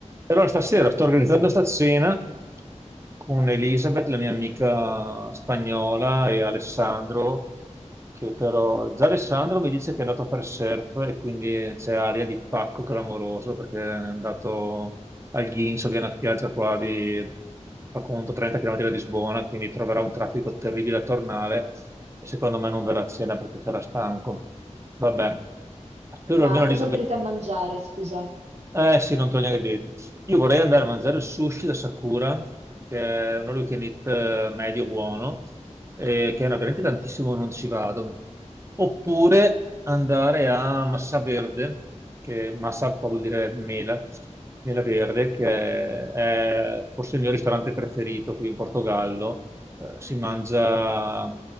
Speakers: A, on the right (about 20°); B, on the right (about 65°).
A: E allora stasera sto organizzando sta cena con Elisabeth, la mia amica spagnola, e Alessandro, che però già Alessandro mi dice che è andato a fare surf e quindi c'è aria di pacco clamoroso perché è andato al Ghincio, che è una spiaggia qua di, fa conto, 30 km da Lisbona, quindi troverà un traffico terribile a tornare e secondo me non verrà a cena perché sarà stanco. Vabbè, spero
B: Ma
A: almeno Elisabeth
B: cosa andrete a mangiare, scusa?
A: eh sì, non te l'ho neanche detto. Io vorrei andare a mangiare il sushi da Sakura, che è un all you can eat, eh, medio buono, eh, che è una- veramente tantissimo non ci vado. Oppure andare a Massa Verde, che Massa qua vuol dire mela, mela verde, che è, è forse il mio ristorante preferito qui in Portogallo. Eh, si mangia